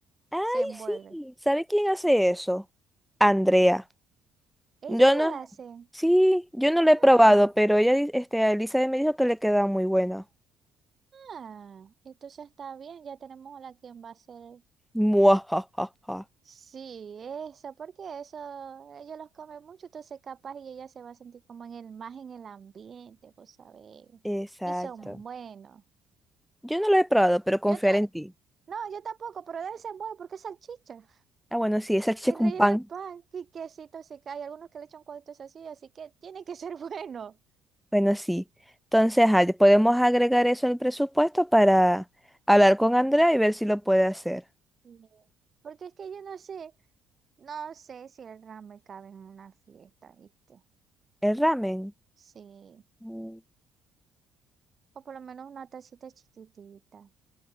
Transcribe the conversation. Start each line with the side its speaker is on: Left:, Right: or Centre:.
Centre: Ay,
Right: se envuelve.
Centre: sí. ¿Sabe quién hace eso? Andrea.
Right: Ella
Centre: Yo no.
Right: lo hace.
Centre: Sí, yo
Right: Ah,
Centre: no lo he probado, pero ella, di- este, Elizabeth me dijo que le queda muy buena.
Right: ah, entonces está bien, ya tenemos a la quien va a hacer.
Centre: <laughs> Muajajaja.
Right: Sí, eso, porque eso, ellos los comen mucho, entonces capaz y ella se va a sentir como en el, más en el ambiente, pues sabés.
Centre: Exacto.
Right: Y son buenos.
Centre: Yo no lo he probado, pero confiar
Right: Yo te,
Centre: en ti.
Right: no, yo tampoco, pero deben ser buenos porque es salchicha.
Centre: Ah, bueno, sí, esa chicha
Right: Y
Centre: con
Right: rellena
Centre: pan.
Right: el pan, y quesito se cae, algunos que le echan cuadritos así, así que tiene que ser <laughs> bueno.
Centre: Bueno, sí. Entonces, ajá, podemos agregar eso al presupuesto para hablar
Right: Y
Centre: con Andrea y ver si lo puede hacer.
Right: "No". Porque es que yo no sé, no sé si el ramen cabe en una fiesta, ¿viste?
Centre: El ramen.
Right: Sí,
Centre: mm,
Right: o por lo menos una tacita chiquitita.